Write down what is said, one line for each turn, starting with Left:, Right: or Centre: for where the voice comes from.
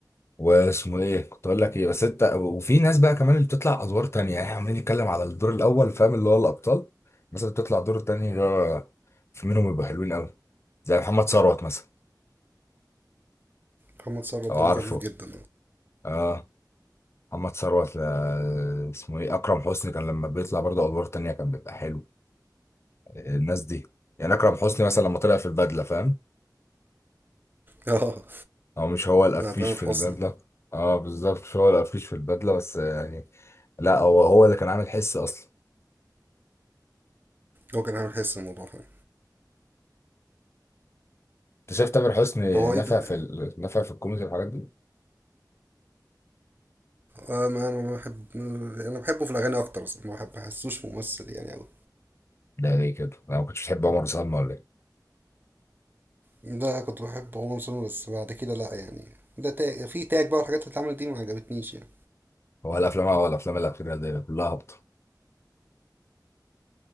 Left: واسمه ايه كنت اقول لك ايه بس انت وفي ناس بقى كمان اللي بتطلع ادوار تانية يعني عمالين نتكلم على الدور الاول فاهم اللي هو الابطال بس اللي بتطلع دور تاني ده في منهم يبقوا حلوين قوي زي محمد ثروت مثلا
Right: محمد ثروت
Left: لو
Right: دمه
Left: عارفه
Right: خفيف جدا
Left: اه محمد ثروت آه، اسمه ايه اكرم حسني كان لما بيطلع برضه ادوار تانية كان بيبقى حلو الناس دي يعني اكرم حسني مثلا لما طلع في البدله فاهم
Right: اه <laughs> اه
Left: او مش هو القفيش
Right: ده تامر
Left: في
Right: حسني
Left: البدله اه بالظبط مش هو القفيش في البدله بس يعني لا هو هو اللي كان عامل حس اصلا
Right: هو كان عامل حس الموضوع فعلا
Left: انت شايف تامر حسني
Right: هو
Left: نفع
Right: ايه ده
Left: في ال... نفع في الكوميدي والحاجات دي
Right: آه ما انا ما بحب انا بحبه في الاغاني اكتر اصلا ما بحب بحسوش ممثل يعني قوي
Left: ده ليه كده انا ما كنتش بحب عمر وسلمى ولا ايه
Right: لا كنت بحب عمر سلمى بس بعد كده لا يعني ده تاج في تاج بقى والحاجات اللي اتعملت دي ما عجبتنيش يعني
Left: هو الافلام هو الافلام الاخيره دي كلها هابطه